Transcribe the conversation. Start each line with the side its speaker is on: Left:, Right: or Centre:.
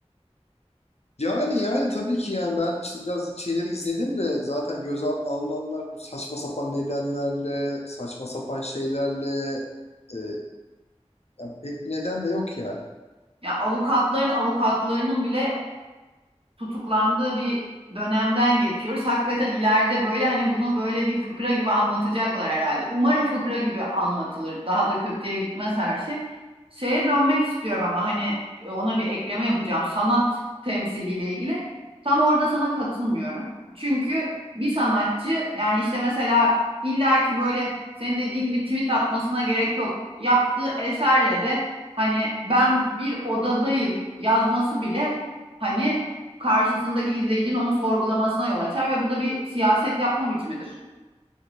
Left: Yani yani tabii ki yani ben işte biraz şeyleri izledim de zaten gözaltına alınanlar bu saçma sapan nedenlerle, saçma sapan şeylerle e, yani pek bir neden de yok yani.
Right: Ya yani avukatların avukatlarının bile tutuklandığı bir dönemden geçiyoruz. Hakikaten ileride böyle hani bunu böyle bir fıkra gibi anlatacaklar herhalde. Umarım fıkra gibi anlatılır. Daha da kötüye gitmez her şey. Şeye dönmek istiyorum ama hani e, ona bir ekleme yapacağım. Sanat temsiliyle ilgili. Tam orada sana katılmıyorum. Çünkü bir sanatçı yani işte mesela illaki böyle senin dediğin gibi tweet atmasına gerek yok. Yaptığı eserle de hani ben bir odadayım yazması bile hani karşısındaki izleyicinin onu sorgulamasına yol açar ve bu da bir siyaset yapma biçimidir.